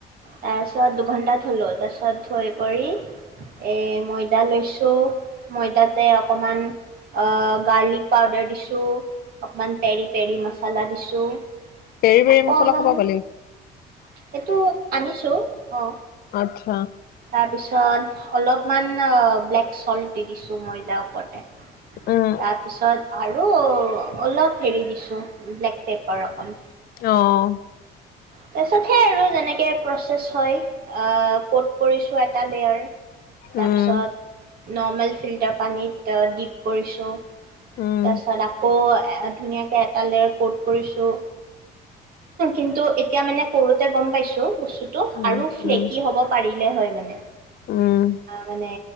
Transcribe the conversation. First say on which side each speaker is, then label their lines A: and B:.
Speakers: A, on the right; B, on the left.
A: তাৰপিছত দুঘন্টা থ'লো, তাৰপিছত থৈ কৰি- এ' ময়ডা লৈছো ময়ডাটে অকণমান- আঁহ' গাৰ্লিক পাউদাৰ দিছোঁ অকণমান পেৰি-পেৰি মছলা দিছোঁ।
B: পেৰি পেৰি
A: অকণমান
B: মছলা ক'পা পালি
A: সেইটো আনিছো অ'।
B: অঁ'।
A: তাৰপিছত অলপমান ব্লেক চলট দি দিছো ময়দাৰ ওপৰতে,
B: উম
A: তাৰপিছত- আৰু অলপ হেৰি দিছোঁ ব্লেক পেপাৰ অকণ।
B: অঁহ',।
A: তাৰপিছত সেই আৰু যেনেকে প্ৰচেছ হয় আঁহ' ক'ত কৰিছো এটা লেয়াৰ। তাৰপিছত
B: উম
A: নৰ্মেল ফিল্টাৰ পানীত ডিপ কৰিছোঁ।
B: উম
A: তাৰপিছত আকৌ ধুনীয়াকে এটা লেয়াৰ ক'ত কৰিছোঁ। কিন্তু এতিয়া মানে কৰোতে গম পাইছোঁ বস্তুটো, টো
B: উম
A: আৰু ফ্লেকি
B: উম
A: হ'ব পাৰিলে হয় মানে।
B: উম।
A: মানে